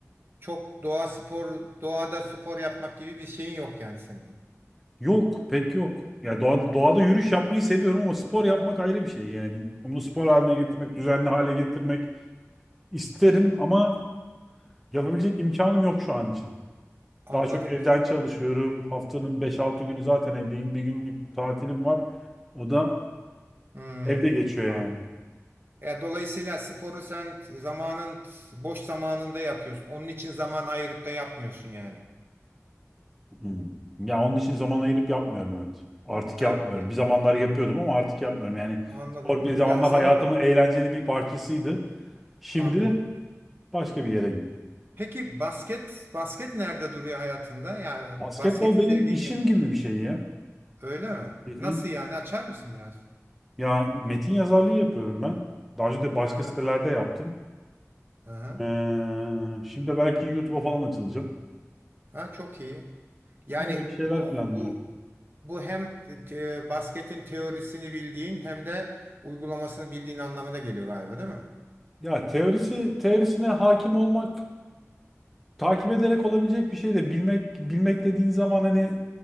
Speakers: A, on the right; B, in the centre.
A: çok doğa spor, doğada spor yapmak gibi bir şeyin yok yani senin.
B: Yok pek yok. Ya doğa, doğada
A: Anladım.
B: yürüyüş yapmayı seviyorum ama spor yapmak ayrı bir şey yani. Onu spor haline getirmek, düzenli hale getirmek isterim ama yapabilecek imkanım yok şu an için.
A: Anladım.
B: Daha çok evden çalışıyorum.
A: Ya-
B: Haftanın beş altı günü zaten evdeyim. Bir günlük tatilim var. O da
A: Hmm.
B: evde geçiyor
A: An-
B: yani.
A: Ya dolayısıyla sporu sen zamanın boş zamanında yapıyorsun. Onun için zaman ayırıp da yapmıyorsun yani.
B: Hmm. Ya onun için zaman ayırıp yapmıyorum evet. Artık
A: Evet,
B: yapmıyorum.
A: pe-
B: Bir zamanlar yapıyordum ama artık yapmıyorum. Yani
A: anladım.
B: spor bir zamanlar
A: Ya seni
B: hayatımın eğlenceli bir parçasıydı. Şimdi
A: anladım.
B: başka bir yere gitti.
A: Peki basket basket nerede duruyor hayatında? Yani
B: Basketbol
A: basketi
B: benim
A: sevdiğini
B: işim gibi bir şey ya.
A: Öyle mi?
B: Hı hı.
A: Nasıl yani? Açar mısın biraz?
B: Ya metin yazarlığı yapıyorum ben. Daha önce de başka
A: Hı hı.
B: sitelerde yaptım.
A: Hı hı.
B: Ee, şimdi belki YouTube'a falan açılacağım.
A: Ha, çok iyi. Yani
B: Öyle bir şeyler
A: bu bu
B: planlıyorum.
A: bu hem te- basketin teorisini bildiğin hem de uygulamasını bildiğin anlamına geliyor galiba, değil mi?
B: Ya teorisi teorisine hakim olmak takip ederek olabilecek bir şey de bilmek bilmek dediğin zaman hani